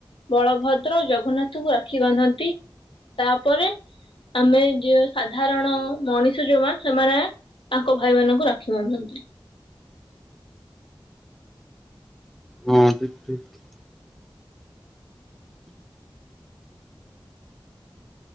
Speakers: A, on the left (about 75°); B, in the centre.
A: ବଳଭଦ୍ର ଜଗନ୍ନାଥଙ୍କୁ ରାକ୍ଷୀ ବାନ୍ଧନ୍ତି ତାପରେ ଆମେ ଯେ ସାଧାରଣ ମଣିଷ ଯୋଉମା ସେମାନେ ତାଙ୍କ ଭାଇମାନଙ୍କୁ ରାକ୍ଷୀ ବାନ୍ଧନ୍ତି।
B: ହଁ ଠିକ ଠିକ।